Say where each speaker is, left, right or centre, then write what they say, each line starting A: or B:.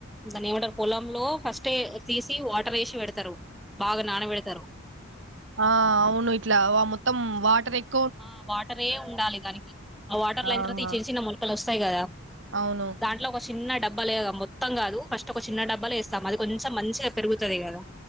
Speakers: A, in the centre; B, on the right.
A: దాన్నేమంటరు పొలంలో ఫస్ట్ తీసి వాటరేసి పెడతరు బాగ నాన బెడతరు
B: ఆ అవును ఇట్లా వా మొత్తం వాటర్ ఎక్
A: ఆ వాటరే ఉండాలి దానికి, ఆ వాటర్ లయిన
B: ఆహా
A: తర్వాత ఈ చిన్న చిన్న మొలకలొస్తయి గదా
B: అవును
A: దాంట్ల ఒక చిన్న డబ్ బ్బలేగ మొత్తం గాదు ఫస్ట్ ఒక చిన్న డబ్బలేేస్తాం అది కొంచెం మంచిగా పెరుగుతది గదా